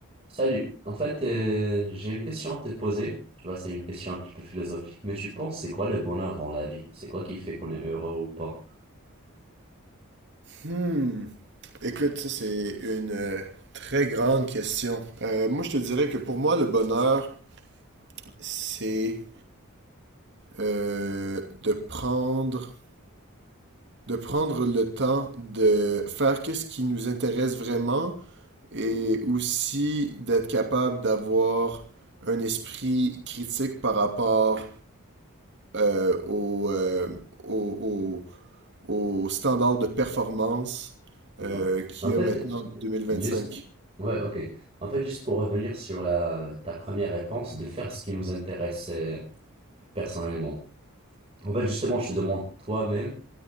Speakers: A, on the right; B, on the right.
A: Salut. En fait, euh, j'ai une question à te poser. Tu vois, c'est une question un petit peu philosophique, mais tu penses, c'est quoi le bonheur dans la vie? C'est quoi qui fait qu'on est heureux ou pas?
B: Hmm. Écoute, ça c'est une euh, très grande question. Euh, moi, je te dirais que pour moi, le bonheur, c'est euh, de prendre, de prendre le temps de faire qu'est-ce qui nous intéresse vraiment et aussi d'être capable d'avoir un esprit critique par rapport euh, au, euh, au, au- au standard de performance
A: D'accord.
B: euh, qu'il
A: En
B: y
A: fait,
B: a maintenant en deux mille vingt-cinq.
A: juste, ouais, ok. En fait, juste pour revenir sur la, ta première réponse, de faire ce qui nous intéresse euh, personnellement. En fait, justement, je te demande toi-même.